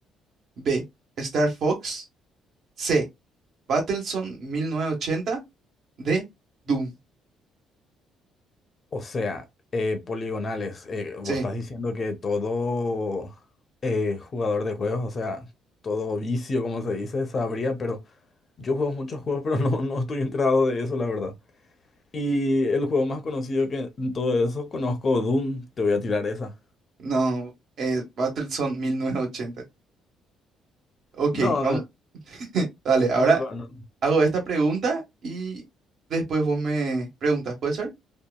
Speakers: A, on the right; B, on the left.
A: B. Star Fox. C. Battlezone 1980. D. Doom.
B: O sea, eh, poligonales, eh, vos
A: Sí,
B: estás diciendo que todo eh, jugador de juegos, o sea, todo vicio, como se dice, sabría, pero... Yo juego muchos juegos, pero no, no estoy enterado de eso, la verdad. Y el juego más conocido que en todo eso conozco, Doom, te voy a tirar esa.
A: no, eh, Battlezone 1980. Ok,
B: No,
A: vamos. <laughs> Dale, ahora
B: no, no, no,
A: hago esta pregunta y después vos me preguntas, ¿puede ser?